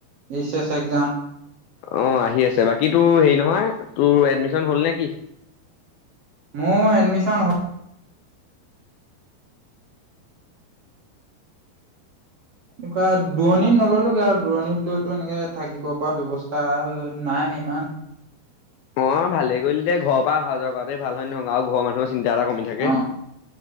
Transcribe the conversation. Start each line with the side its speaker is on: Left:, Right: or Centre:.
Right: এইচ এছ এক্সাম।
Left: অঁ আহি আছে, বাকী তোৰ হেৰি নহয় তোৰ এডমিশন হ'ল নে কি?
Right: মোৰ এডমিচন হ এনেকুৱা দূৰণিত নললোগে আও, দূৰণিত লৈ টো এনেকে থাকিব পৰা ব্যৱস্থা তাৰ নাই ইমান।
Left: অ' ভালে কৰিলি দে, ঘৰৰ পৰা অহা যোৱা কৰাটোৱে ভাল হয় নহয়, আৰু ঘৰৰ মানুহৰ চিন্ত এটা কমি থাকে।
Right: অঁ,